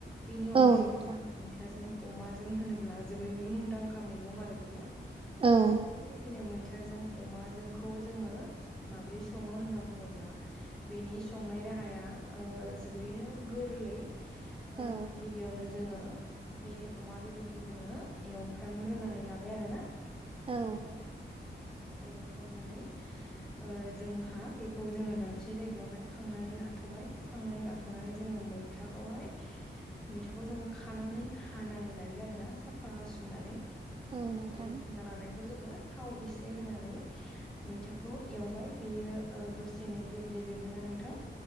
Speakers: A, in the centre; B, on the right (about 30°).
A: बेनि
B: औ
A: अनगायैबो
B: नोंथां
A: जों मैथाजों अमाजों होनोब्ला जोबोरैनो मुंदांखा मैगं आरो बेयो।
B: औ
A: थि बेदिनो मै मैथाजों अमाजोंखौ जोङो माब्रै सङो होनना बुङोब्ला बेनि संनाय राहाया ओ जोबोरैनो गोरलै ओ
B: औ
A: गिबियावनो जोङो बे अमा बेदरखौ जोङो एवफ्रानग्रोनानै लाबाय आरो ना बेखौ
B: औ
A: जोङो एवफ्रामनानै ओ जोंहा बेखौ जोङो दा खबसे जायगायावहाय खांनानै लाथ'बाय खांनानै लाथ'नानै जोङो मैथाखौहाय मैथाखौ जों खानानै हानानै लायो आरोना साफा हासुनानै
B: औ नोंथां
A: बे सुनालानायखौ जोङो थाव एसे होनानै मैथाखौ एवबाय बेयो दसेनो गेब्लेजोबो ना नोंथां।